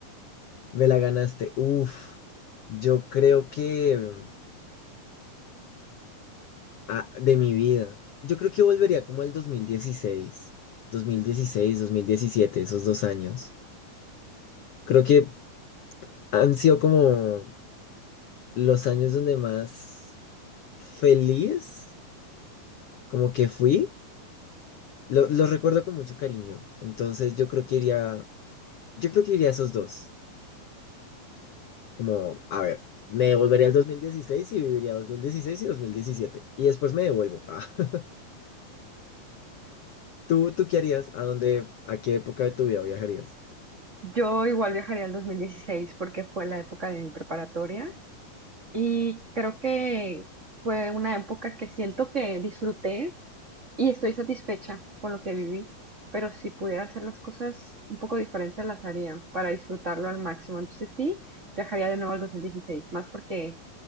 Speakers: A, on the left (about 75°); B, on the right (about 25°).
A: Me la ganaste. Uf, yo creo que mm, ah, de mi vida. Yo creo que volvería como al dos dos mil mil dieciséis, dos mil dieciséis, dos mil diecisiete, esos dos años. Creo que han sido como los años donde más feliz como que fui Lo, los recuerdo con mucho cariño. Entonces yo creo que iría, yo creo que iría a esos dos. Como, a ver, me devolvería al 2016 y viviría 2016 y dos mil diecisiete Y después me devuelvo. Ah, <laughs> ¿Tú, tú qué harías? ¿A dónde, a qué época de tu vida viajarías?
B: Yo igual viajaría al 2016 porque fue la época de mi preparatoria y creo que fue una época que siento que disfruté y estoy satisfecha con lo que viví, pero si pudiera hacer las cosas un poco diferentes, las haría para disfrutarlo al máximo. Entonces sí, viajaría de nuevo al 2016, más porque